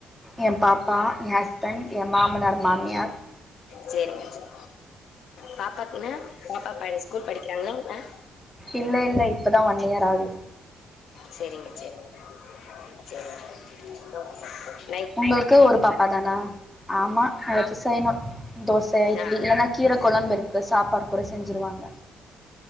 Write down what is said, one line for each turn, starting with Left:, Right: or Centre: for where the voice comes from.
Centre: எயே பாப்பா எயே ஹஸ்பண்ட் எயே மாமனார் மாமியார்
Left: சேரிங்க சேரி பாப்பாக்கு என்ன பாப்பா இப்ப ஏன் ஸ்கூல் படிக்கிறாங்ளா என்ன
Centre: இல்ல இல்ல இப்பதா ஒன் இயர் ஆகுது
Left: சேரிங்க சேரிங்க சேரிங்க ஒகே
Centre: உங்களுக்கு ஒரு பாப்பா தானா ஆமா இப்ப செய்னு தோச இட்லி
Left: ஆ
Centre: இல்லன்னா கீர கொழம்பு இருக்கு சாப்பாடு கூட செஞ்சிருவாங்க